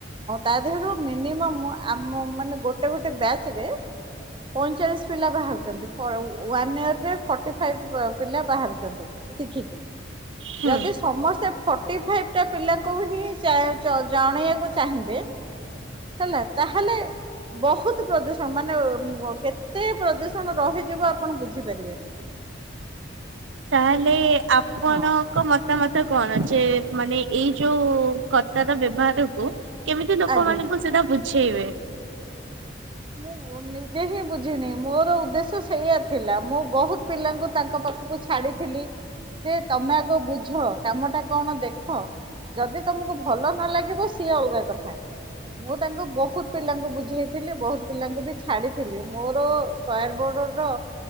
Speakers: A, on the right; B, on the right.
A: ତା ଦେହରୁ ମିନିମମ୍ ଆମ ମାନେ ଗୋଟେ ଗୋଟେ ବ୍ୟାଚରେ ପଇଁଚାଳିଶି ପିଲା ବାହାରୁଚନ୍ତି ଫୋର ୱାନ ଇୟରରେ ଫର୍ଟି ଫାଇଭ୍ ପିଲା ବାହାରୁଚନ୍ତି। ଶିଖିକି
B: ହୁଁ
A: ଯଦି ସମସ୍ତେ ଫର୍ଟି ଫାଇଭଟା ପିଲାଙ୍କୁ ହିଁ ଚା ଚ ଜଣେଇବାକୁ ଚାହିଁବେ ହେଲା ତାହେଲେ ବହୁତ ପ୍ରଦୂଷଣ ମାନେ କେତେ ପ୍ରଦୂଷଣ ରହିଯିବ ଆପଣ ବୁଝିପାରିବେନି। ହୁଁ।
B: ତାହେଲେ ଆପଣ
A: ହଁ
B: ଙ୍କ ମତାମତ କଣ ଯେ ମାନେ ଏଇ ଯୋଉ କତାର ବ୍ୟବହାରକୁ କେମିତି ଲୋକମାନଙ୍କୁ
A: ଆଜ୍ଞା।
B: ସେଟା ବୁଝେଇବେ?
A: ମୁଁ ନିଜେ ହିଁ ବୁଝିନି ମୋର ଉଦ୍ଦେଶ୍ୟ ସେଇଆ ଥିଲା ମୁଁ ବହୁତ୍ ପିଲାଙ୍କୁ ତାଙ୍କ ପାଖକୁ ଛାଡ଼ିଥିଲି ଯେ ତମେ ଆଗ ବୁଝ କାମଟା କଣ ଦେଖ ଯଦି ତମକୁ ଭଲ ନଲାଗିବ ସିଏ ଅଲଗା କଥା। ମୁଁ ତାଙ୍କୁ ବହୁତ୍ ପିଲାଙ୍କୁ ବୁଝେଇଥିଲି ବହୁତ୍ ପିଲାଙ୍କୁବି ଛାଡ଼ିଥିଲି ମୋର କ୍ୟାର୍ ବୋର୍ଡର